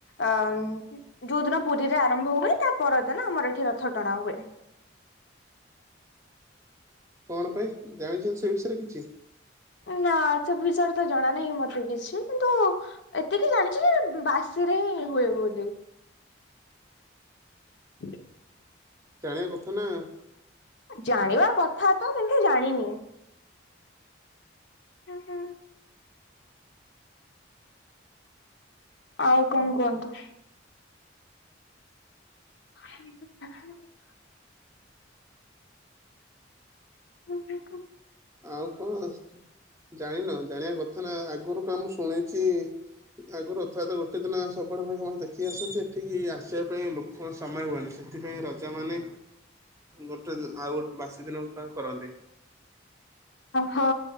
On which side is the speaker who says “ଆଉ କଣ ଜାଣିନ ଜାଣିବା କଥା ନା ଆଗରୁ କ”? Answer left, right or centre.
Right